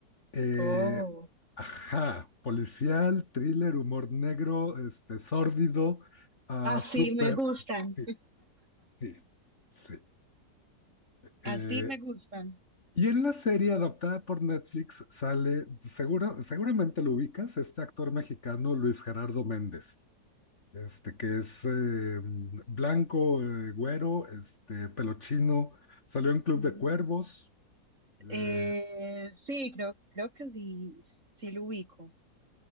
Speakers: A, on the left (about 40°); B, on the right (about 40°).
A: Eh,
B: Oh,
A: ajá, policial, thriller, humor negro, este, sórdido, ah,
B: así
A: súper.
B: me gustan,
A: Sí, sí, sí.
B: así
A: Eh,
B: me gustan.
A: y en la serie adaptada por Netflix sale, segura- seguramente lo ubicas, este actor mexicano Luis Gerardo Méndez. este, que es eh, blanco, eh, güero, este, pelo chino, salió en Club
B: Mm.
A: de Cuervos, eh,
B: Eh, sí, creo, creo que sí, sí lo ubico.